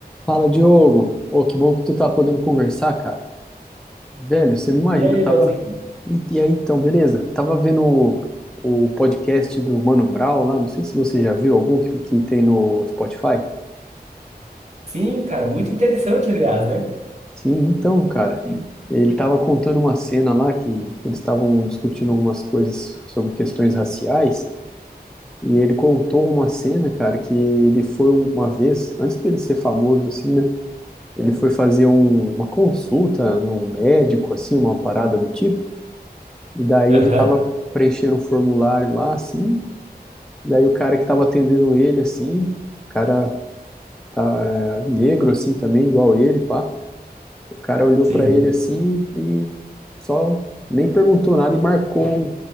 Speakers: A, in the centre; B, on the right.
A: Fala, Diogo. Ô, que bom que tu tá podendo conversar, cara. Velho, você não imagina,
B: E aí,
A: eu tava.
B: Leozinho?
A: E, e aí, então, beleza? Tava vendo o, o podcast do Mano Brown lá, não sei se você já viu algum que, que tem no Spotify.
B: Sim, cara, muito interessante, aliás, né?
A: Sim, então, cara, ele tava contando uma cena lá que eles estavam discutindo algumas coisas sobre questões raciais, e ele contou uma cena, cara, que ele foi uma vez, antes dele ser famoso, assim, né? Ele foi fazer um- uma consulta num médico, assim, uma parada do tipo. E daí
B: Aham,
A: ele tava preenchendo um formulário lá, assim. Daí o cara que tava atendendo ele, assim, o cara tá, é, negro, assim, também, igual ele, pá. O cara olhou
B: sim.
A: pra ele, assim, e só nem perguntou nada e marcou